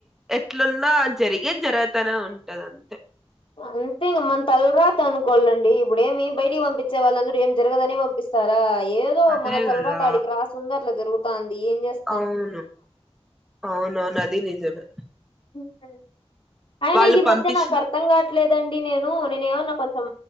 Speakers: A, in the centre; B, on the left.
A: ఎట్లున్నా జరిగేది జరగతానే ఉంటది అంతే
B: అంతే ఇంగ మన తలరా తా అనుకోవాలండి ఇప్పుడేమి బయటికి పంపిచే వాళ్ళందరూ ఏం జరగదనే పంపిస్తారా ఏ దో
A: అదే
B: మన తలరాత
A: కదా
B: ఆడికి రాసుంది అట్లా జరుగుతంది ఏం చేస్త
A: అవును అవునవును అది నిజమే
B: ఇంకేం అయినా
A: వాళ్ళు
B: ఈ మధ్య
A: పంపించిన
B: నాకు అర్థం కావట్లేదండి నేను నేనేమన్నా కొంచెం